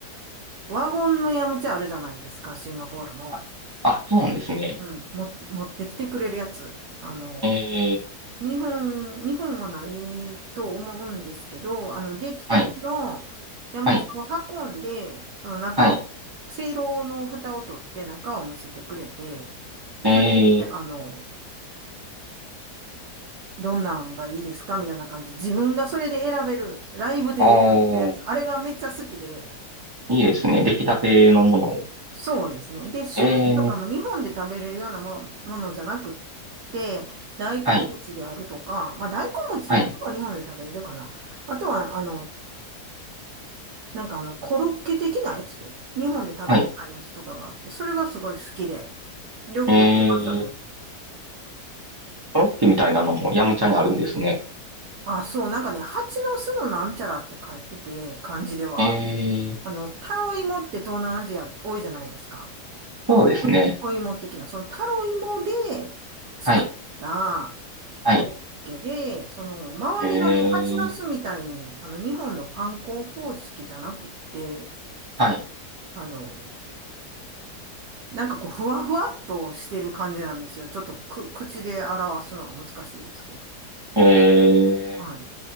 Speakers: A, on the right (about 75°); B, on the right (about 20°).
A: ワゴンのヤムチャあるじゃないですか、シンガポールも。
B: あ、あそうなんですね。
A: うん、も、持ってきてくれるやつ。あの、
B: えー、
A: 日本、日本はないと思うんですけど、あの、出来たてのヤムチャを運んで、
B: はい、はい、
A: その中を、
B: はい。
A: せいろの蓋を取って中を見せてくれて、それで、
B: えー、
A: あの、どんなんがいいですかみたいな感じで、自分がそれで選べる、ライブで選べるやつ、
B: あー、
A: あれがめっちゃ好きで、
B: いいですね。出来たてのものを。
A: そうですね。で、種類とかも日本で食べれるようなもの、
B: えー、
A: ものじゃなくって、大根餅であるとか、
B: はい、
A: まあ大根餅は日本で食べれるかな。
B: はい、
A: あとは、あの、なんかあの、コロッケ的なやつ、日本で食べれないやつとかがあって、
B: はい。
A: それがすごい好きで、よく行きましたね。
B: えー、コロッケみたいなのもヤムチャにあるんですね。
A: あ、そう、なんかね、蜂の巣のなんちゃらって書いてて、漢字では。
B: えー、
A: あの、タロイモって東南アジア多いじゃないですか。
B: そうですね。
A: 小小芋的な、そのタロイモで作った
B: はい、はい。
A: コロッケで、その周りがね、
B: えー、
A: 蜂ナスみたいにね、あの日本のパン粉方式じゃなくって、
B: はい。
A: あの、なんかこう、ふわふわっとしてる感じなんですよ。ちょっとく、口で表すのは難しいですけど。
B: えー、
A: はい。